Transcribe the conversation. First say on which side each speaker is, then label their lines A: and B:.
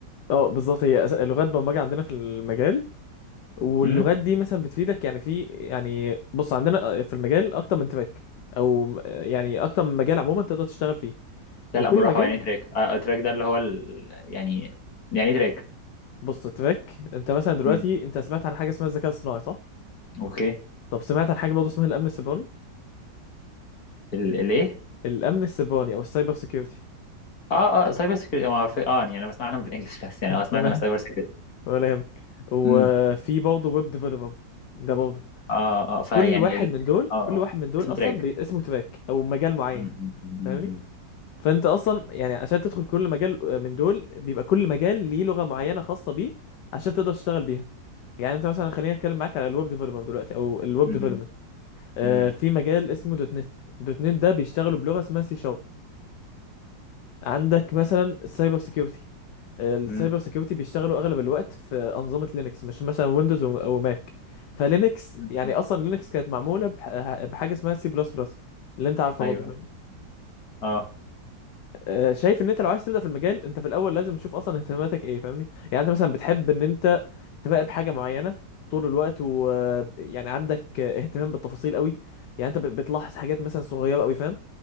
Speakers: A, on the left; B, on the left.
A: اه بالظبط هي أس... لغات برمجه عندنا في المجال واللغات
B: امم
A: دي مثلا بتفيدك يعني في يعني بص عندنا آه، في المجال اكتر من تراك او يعني اكتر من مجال عموما تقدر تشتغل فيه
B: لا
A: وكل
B: لا بالراحه
A: مجال
B: يعني تراك آه، تراك ده اللي هو ال... يعني يعني إيه تراك
A: بص تراك انت مثلا دلوقتي
B: امم
A: انت سمعت عن حاجه اسمها الذكاء الصناعي صح
B: اوكي
A: طب سمعت عن حاجه برضه اسمها الامن السيبراني
B: ال- الايه
A: الامن السيبراني او السايبر سيكيورتي
B: اه اه سايبر سكيورتي اه عارف- آه، يعني انا بسمع عنها بالانجلش بس يعني
A: <laughs>
B: اه سمعت
A: تمام
B: انا سايبر سكيورتي
A: ولا يهمك وفي
B: امم
A: برضه ويب ديفلوبر ده برضه
B: اه اه فيعني
A: كل واحد
B: ال...
A: من دول
B: اه اه
A: كل واحد من دول
B: اسمه
A: اصلا
B: تراك
A: بي- اسمه تراك او مجال معين
B: امم امم
A: فاهمني فانت اصلا يعني عشان تدخل كل مجال آه، من دول بيبقى كل مجال ليه لغه معينه خاصه بيه عشان تقدر تشتغل بيها يعني انت مثلا خليني اتكلم معاك على الويب ديفلوبر دلوقتي او الويب
B: امم
A: ديفلوبمنت آه
B: امم
A: في مجال اسمه دوت نت دوت نت ده بيشتغلوا بلغه اسمها سي شارب عندك مثلا السايبر سيكيورتي السايبر
B: امم
A: سيكيورتي بيشتغلوا اغلب الوقت في انظمه لينكس مش مثلا ويندوز و- وماك فلينكس
B: امم
A: يعني اصلا لينكس كانت معموله بح- بحاجه اسمها سي بلس بلس اللي انت عارفها
B: ايوه
A: برضه فاهمني
B: ايوه اه
A: فشايف ان انت لو عايز تبدا في المجال انت في الاول لازم تشوف اصلا اهتماماتك ايه فاهمني يعني انت مثلا بتحب ان انت تراقب حاجه معينه طول الوقت ويعني عندك اهتمام بالتفاصيل قوي يعني انت ب- بتلاحظ حاجات مثلا صغيره قوي فاهم